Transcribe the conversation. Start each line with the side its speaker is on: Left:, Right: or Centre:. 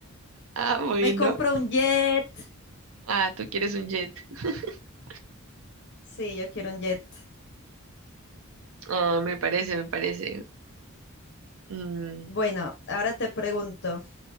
Right: Ah, bueno.
Left: Me compro un jet.
Right: Ah, tú quieres un jet. <laughs>
Left: Sí, yo quiero un jet.
Right: Ah, me parece, me parece. Mm,
Left: Bueno, ahora te pregunto,